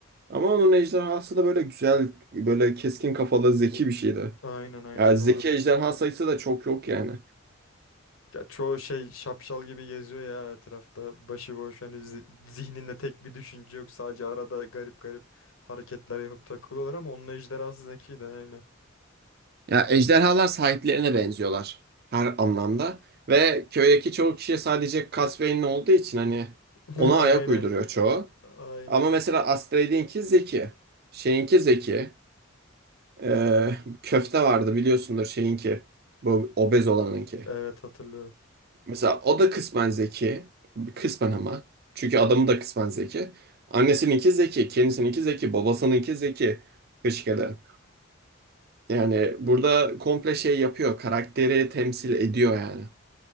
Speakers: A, on the right; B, on the left.
A: Ama onun ejderhası da böyle güzel, böyle keskin kafalı, zeki bir şeydi.
B: Aynen aynen
A: Yani zeki
B: doğru.
A: ejderha sayısı da çok yok yani.
B: Ya çoğu şey şapşal gibi geziyor ya etrafta. Başıboş hani zi- zihninde tek bir düşünce yok. Sadece arada garip garip hareketler yapıp takılıyorlar ama onun ejderhası zeki de aynen.
A: Ya ejderhalar sahiplerine benziyorlar her anlamda ve köydeki çoğu kişi sadece Casvein'in olduğu için hani
B: <laughs>
A: ona
B: Aynen.
A: ayak uyduruyor çoğu.
B: Aynen.
A: Ama mesela Astrid'inki zeki, şeyinki zeki, Ee, köfte vardı biliyorsundur şeyinki, bu obez olanınki.
B: Evet hatırlıyorum.
A: Mesela o da kısmen zeki, kısmen ama çünkü adamı da kısmen zeki. Annesininki zeki, kendisininki zeki, babasınınki zeki, Hışkede. Yani burada komple şey yapıyor. Karakteri temsil ediyor yani.